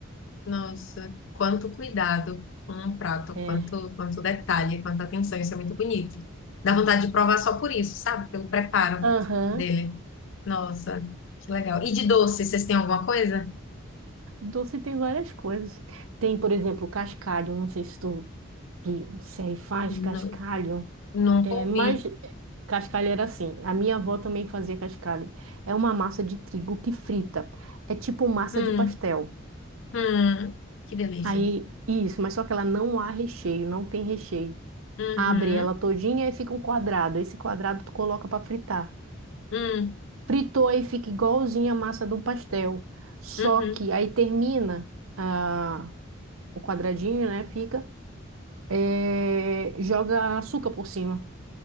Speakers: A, on the left; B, on the right.
A: Nossa, quanto cuidado com um prato,
B: É.
A: quanto, quanto detalhe, quanta atenção, isso é muito bonito. Dá vontade de provar só por isso, sabe? Pelo preparo
B: Aham.
A: dele. Nossa, que legal. E de doce, vocês têm alguma coisa?
B: Doce tem várias coisas. Tem, por exemplo, cascalho. Não sei se tu, tu- se aí faz cascalho.
A: Nu- nunca
B: É,
A: ouvi.
B: mas é, cascalho era assim. A minha avó também fazia cascalho. É uma massa de trigo que frita. É tipo massa
A: Hum,
B: de pastel.
A: hum, que delícia.
B: Aí, isso, mas só que ela não há recheio, não tem recheio.
A: Uhum,
B: Abre ela todinha e fica um quadrado. Esse quadrado tu coloca para fritar.
A: hum,
B: Fritou aí fica igualzinho a massa do pastel. Só
A: uhum,
B: que aí termina ah, o quadradinho, né? Fica. eh, joga açúcar por cima.